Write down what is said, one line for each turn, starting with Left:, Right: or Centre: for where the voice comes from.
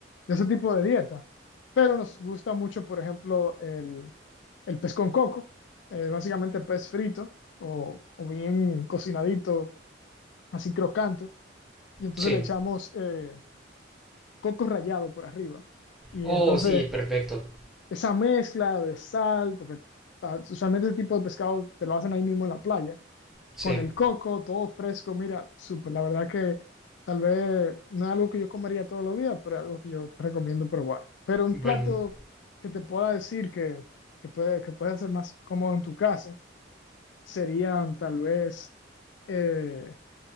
Left: ese tipo de dieta, pero nos gusta mucho, por ejemplo, el, el pez con coco, eh, básicamente pez frito o, o bien cocinadito, así crocante, y entonces
Centre: Sí.
Left: le echamos eh, coco rallado por arriba. Y
Centre: Oh,
Left: entonces
Centre: sí, perfecto.
Left: esa mezcla de sal, porque ta- usualmente ese tipo de pescado te lo hacen ahí mismo en la playa
Centre: Sí.
Left: con el coco, todo fresco. Mira, súper, la verdad que tal vez no es algo que yo comería todos los días, pero es algo que yo recomiendo probar. Pero un
Centre: Bueno,
Left: plato que te pueda decir que, que puede, que puede ser más cómodo en tu casa serían tal vez, eh,